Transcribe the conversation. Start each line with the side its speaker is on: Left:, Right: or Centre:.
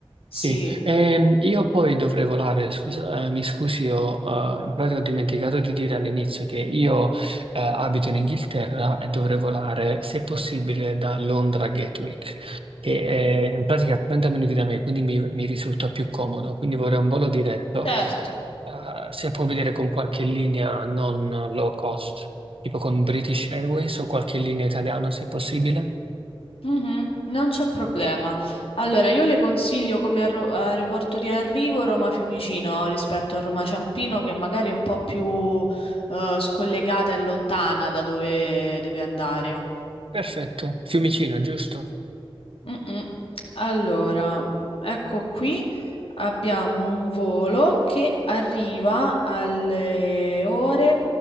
Left: Sì,
Right: Sì, ehm, io poi dovrei volare, scusa, eh, mi scusi, ho, eh, in pratica ho dimenticato di dire all'inizio che io, eh, abito in Inghilterra e dovrei volare, se possibile, da Londra a Gatwick, che è in pratica 30 minuti da me, quindi mi, mi risulta più comodo, quindi vorrei un volo diretto,
Left: certo.
Right: eh, se può vedere con qualche linea non low cost, tipo con British Airways o qualche linea italiana, se possibile.
Left: Mhm, non c'è problema. Allora, io le consiglio come arro- aeroporto di arrivo Roma Fiumicino rispetto a Roma Ciampino, che magari è un po' più eh, scollegata e lontana da dove deve andare.
Right: Perfetto, Fiumicino, giusto?
Left: Mm-mm. Allora, ecco qui abbiamo un volo che arriva alle ore